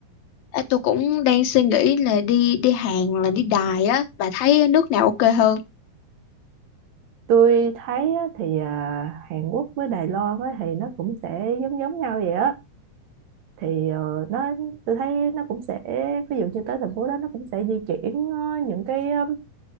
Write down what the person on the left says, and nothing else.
Ê, tôi cũng đang suy nghĩ là đi đi Hàn hoặc là đi Đài á bà thấy nước nào ok hơn